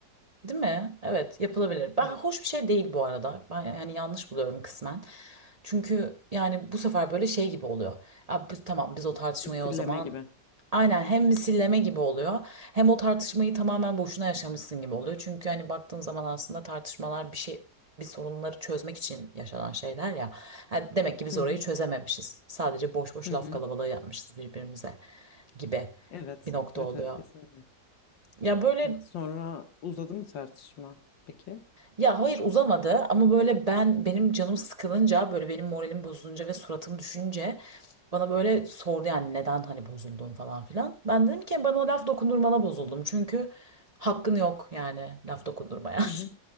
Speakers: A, on the right (about 80°); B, on the left (about 85°).
A: Değil mi? Evet, yapılabilir. Ben
B: Evet.
A: hoş bir şey değil bu arada. Ben yani yanlış buluyorum kısmen. Çünkü yani bu sefer böyle şey gibi oluyor. Ya biz, tamam biz o tartışmayı
B: Misilleme
A: o zaman
B: gibi.
A: aynen hem misilleme gibi oluyor hem o tartışmayı tamamen boşuna yaşamışsın gibi oluyor. Çünkü hani baktığın zaman aslında tartışmalar bir şey bir sorunları çözmek için yaşanan şeyler ya. Ha, demek ki biz
B: Hı
A: orayı
B: hı.
A: çözememişiz. Sadece boş boş
B: Hı hı.
A: laf kalabalığı yapmışız birbirimize gibi
B: Evet.
A: bir nokta
B: Evet
A: oluyor.
B: evet kesinlikle.
A: Ya böyle
B: Evet sonra uzadı mı tartışma peki?
A: Ya hayır uzamadı ama böyle ben benim canım sıkılınca böyle benim moralim bozulunca ve suratım düşünce bana böyle sordu yani neden hani bozuldun falan filan. Ben dedim ki bana laf dokundurmana bozuldum çünkü hakkın yok yani laf dokundurmaya. <laughs>
B: Hı hı.